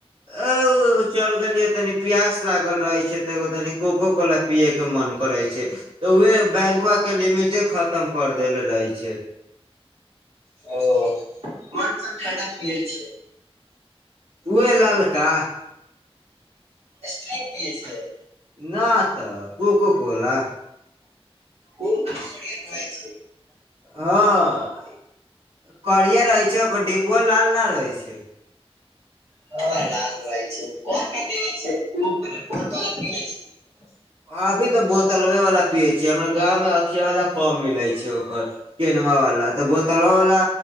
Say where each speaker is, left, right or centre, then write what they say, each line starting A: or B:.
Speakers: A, on the right; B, on the right.
A: आउ एगो चल गैलियै तनी प्यास लागल रहे छैय त एगो तनि कोको कोला पियै के मन करे छैय तऽ उहे बैंकवा के लिमिटे खतम कर देल रहे छैय
B: ओ कोन सन ठण्डा पिएल छैय
A: उहे ललका
B: स्टिंग पियए छैयय
A: ना तऽ कोको कोला
B: ओ तऽ बढ़िया रहैय छैय
A: हँ करिया रहैय छैय ओकर डिबुआ लाल ना रहैय छैय
B: <unintelligible> लाल रहै छैय <unintelligible> छैय <unintelligible>
A: अभी तऽ बोत लवे वला पिये छियै हमरा गाममे अथिये वला कम मिलै छैय ओकर केनवा वला तऽ बोतलवा वला